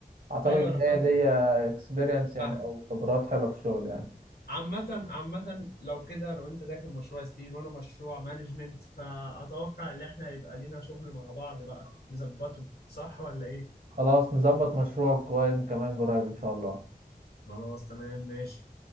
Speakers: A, on the right; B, on the left.
A: اعتقد
B: ايوه
A: ان
B: انا فاهمه
A: هي دي اكسبيرينس يعني
B: فاهمة
A: او خبرات حلوة في الشغل يعني
B: عامة عامة لو كده لو انت داخل مشروع ستيل وانا مشروع مانجمنت فاتوقع ان احنا هيبقى لينا شغل مع بعض بقى نظبطه صح ولا ايه؟
A: خلاص نظبط مشروع كوين كمان قريب ان شاء الله
B: خلاص تمام ماشي